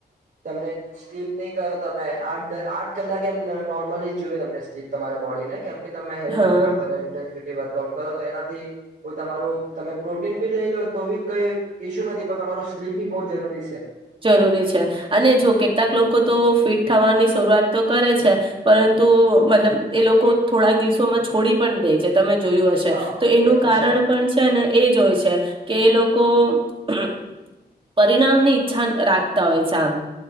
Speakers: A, on the right (about 65°); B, on the right (about 30°).
A: તમને સ્લીપ નહી કરો તમે આઠ આઠ કલાક એમ નોર્મલી જોય તમને સ્લીપ તમારા બોડીને કેમ કે તમે હેવી
B: હા
A: વર્કઆઉટ કરો <unintelligible> એ વર્કઆઉટ કરો તો એનાથી હુ તમારુ તમે પ્રોટીન ભી લઈ લો તો બી કઈ ઇશ્યુ નથી પણ તમારું સ્લીપ બી બોહ જરૂરી શે
B: જરૂરી છે અને જો કેટલાક લોકો તો ફિટ થવાની શરૂઆત તો કરે છે પરંતુ મતલબ એ લોકો થોડાક દિવસોમાં છોડી પણ દે છે તમે જોયું હશે
A: હા
B: તો એનું
A: એ
B: કારણ
A: છે
B: પણ છે ને એ જ હોય છે કે એ લોકો કો પરીણામ ની જાન રાખતા હોય છે આમ